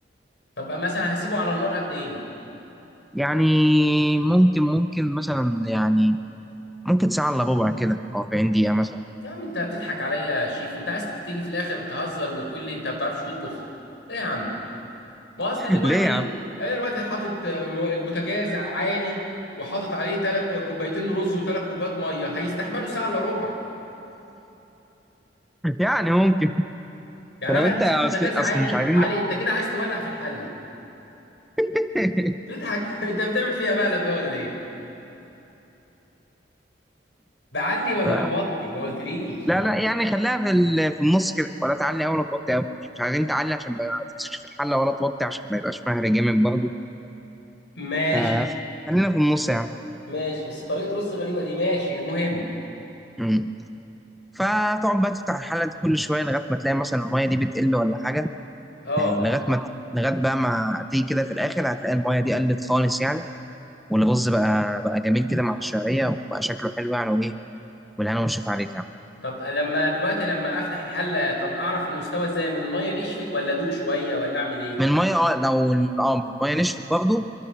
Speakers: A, on the left; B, in the centre.
A: طب مثلا هسيبه على النار قد ايه
B: يعني ممكن ممكن مثلا يعني ممكن ساعه الا ربع كده او 40 دقيقه مثلا
A: يا عم انت بتضحك عليا يا شيف انت عايز تيجي في الاخر تهزر وتقول لي انت ما بتعرفش تطبخ ايه يا عم ما اصل
B: <laughs> ليه
A: دلوقتي
B: يا عم
A: انا دلوقتي حاطط آه، م- البوتاجاز عالي وحاطط عليه ثلاث كوبايتين رز وثلاث كوبايات ميه هيستحملوا ساعه الا ربع
B: <laughs> يعني ممكن
A: يعني
B: ده لو
A: انا
B: انت
A: هسيب
B: اصل
A: البوتاجاز عالي
B: اصل مش عايزين
A: عالي انت كده عايز تولع في الحله
B: <laughs>
A: تضحك <laughs> انت بتعمل فيها مقلب بقى ولا ايه بعلي ولا
B: ف...
A: بوطي ما قلتليش
B: لا لا يعني خليها في ال- في النص كده ولا تعلي قوي ولا توطي قوي مش عايزين تعلي عشان ما تمسكش في الحله ولا توطي عشان ما يبقاش مهري جامد برضه
A: ماشي
B: فخلينا في النص يعني
A: ماشي بس طريقة رز غريبة دي ماشي المهم
B: مم. فتقعد بقى تفتح الحله دي كل شويه لغايه ما تلاقي مثلا الميه دي بتقل ولا حاجه
A: اه
B: آه، لغايه ما لغايه بقى ما تيجي كده في الاخر هتلاقي الميه دي قلت خالص يعني والرز بقى بقى جميل كده مع الشعريه وبقى شكله حلو يعني وايه والهنا والشفا عليك يعني
A: طب لما دلوقتي لما افتح الحلة طب اعرف انه استوى ازاي من المية نشفت ولا ادوق شوية ولا اعمل ايه
B: من الميه اه لو ال- اه من الميه نشفت برضه